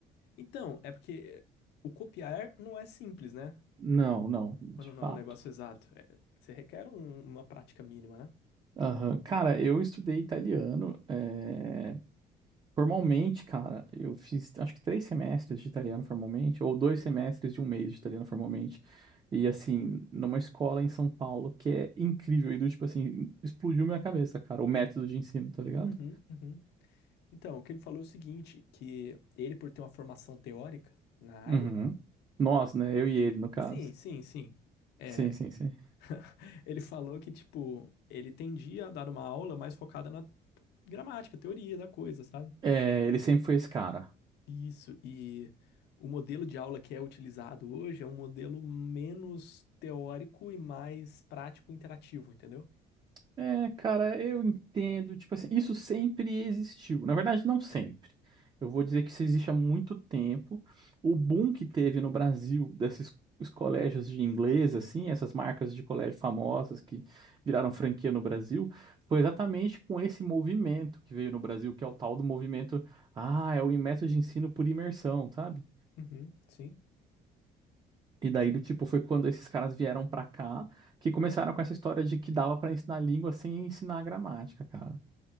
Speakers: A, on the left; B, on the right.
A: Então, é porque o copiar não é simples, né?
B: Não, não, de
A: Quando
B: fato.
A: não é um negócio exato. É, você requer um- uma prática mínima, né?
B: Aham. Cara, eu estudei italiano. é, Formalmente, cara, eu fiz acho que três semestres de italiano formalmente, ou dois semestres de um mês de italiano formalmente. E assim, numa escola em São Paulo que é incrível. E do tipo assim, explodiu minha cabeça, cara, o método de ensino, tá ligado?
A: Uhum, uhum. Então, o que ele falou é o seguinte, que ele, por ter uma formação teórica na área,
B: Uhum. Nós, né? Eu e ele, no caso.
A: sim, sim, sim. É,
B: Sim, sim, sim.
A: <laughs> ele falou que, tipo, ele tendia a dar uma aula mais focada na gramática, teoria da coisa, sabe?
B: É, ele sempre foi esse cara.
A: Isso, e o modelo de aula que é utilizado hoje é um modelo menos teórico e mais prático e interativo, entendeu?
B: É, cara, eu entendo. Tipo assim, isso sempre existiu. Na verdade, não sempre. Eu vou dizer que isso existe há muito tempo. O boom que teve no Brasil desses os colégios de inglês, assim, essas marcas de colégio famosas que viraram franquia no Brasil, foi exatamente com esse movimento que veio no Brasil, que é o tal do movimento, ah, é o método de ensino por imersão, sabe?
A: Uhum, sim,
B: E daí,
A: sim.
B: do tipo, foi quando esses caras vieram pra cá que começaram com essa história de que dava pra ensinar língua sem ensinar gramática, cara.